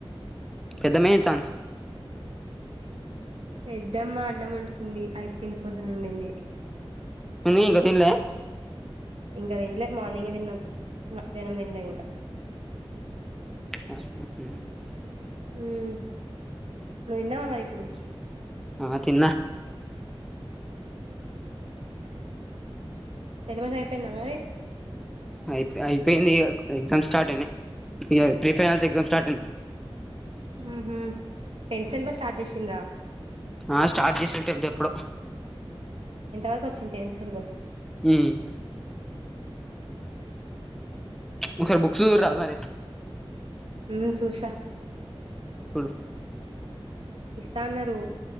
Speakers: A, in the centre; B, on the right.
A: పెద్దమ్మెతాం
B: పెద్దమ్మా అన్నం వండుతుంది అయిపోయింది పొద్దునోండింది.
A: పిన్నీ ఇంక తిన్లే
B: ఇంక తిన్లే మార్నింగే తిన్నం మధ్యాహ్నం తిన్లే ఇంక
A: <unintelligible>
B: ఉమ్ నువ్ తిన్నవా మరి ఇప్పుడు
A: ఆ తిన్నా
B: సెలబస్ అయిపోయిందా మరి
A: అయిప్ అయిపోయిందిగా ఎగ్జామ్స్ స్టార్ట్ అయినయ్ ఇగ ప్రీ ఫైనల్స్ ఎగ్జామ్ స్టార్ట్ అయినయి
B: మ్ హ్ టెన్త్ సిలబస్ స్టార్ట్ జేసింన్రా
A: ఆ స్టార్ట్ చేసింర్ టెన్త్ ఎప్పుడో
B: ఎంత వరకొచ్చింద్ టెన్త్ సిలబస్
A: మ్ ఒకసార్ బుక్స్ చూడ్ రా మరి
B: మ్ చూసా
A: సూడు
B: ఇస్తా అన్నారు